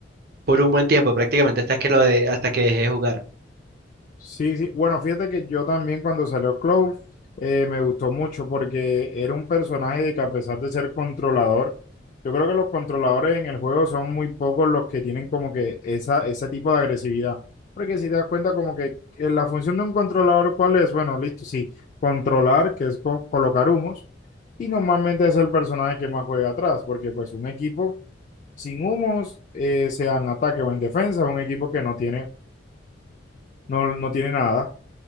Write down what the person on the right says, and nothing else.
por un buen tiempo, prácticamente hasta que lo de, hasta que dejé de jugar.